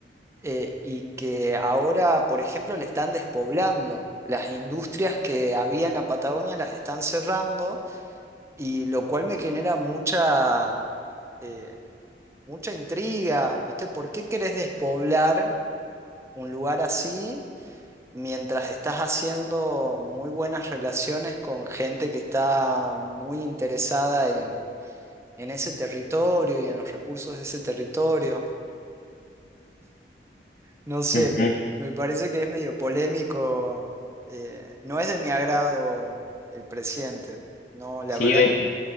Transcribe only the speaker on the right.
eh, y que ahora, por ejemplo, le están despoblando. Las industrias que había en la Patagonia las están cerrando y lo cual me genera mucha, eh, mucha intriga, ¿viste? ¿Por qué querés despoblar un lugar así? mientras estás haciendo muy buenas relaciones con gente que está muy interesada en, en ese territorio y en los recursos de ese territorio. No sé,
me, me parece que es medio polémico. eh, no es de mi agrado el presidente. No, la
verdad
que no.